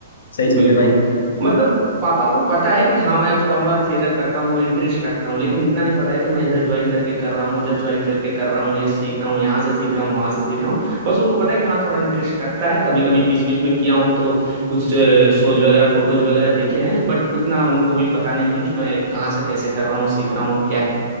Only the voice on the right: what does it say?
बिल्कुल
मतलब पापा को पता है कि हाँ मैं थोड़ा मोड़ा थिएटर करता हूँ इंटरेस्ट रखता हूँ लेकिन इतना नहीं पता है कि मैं इधर ज्वाइन करके कर रहा हूँ इधर ज्वाइन करके कर रहा हूँ या सीख रहा हूँ यहाँ से सीख रहा हूँ वहाँ से सीख रहा हूँ बस उनको पता है कि हाँ थोड़ा इंटरेस्ट रखता है कभी कभी बीच बीच में किया हूँ तो कुछ शोज वगैरह फोटोज वगैरह देखे हैं बट उतना उनको भी पता नहीं है कि मैं कहाँ से कैसे कर रहा हूँ सीख रहा हूँ क्या है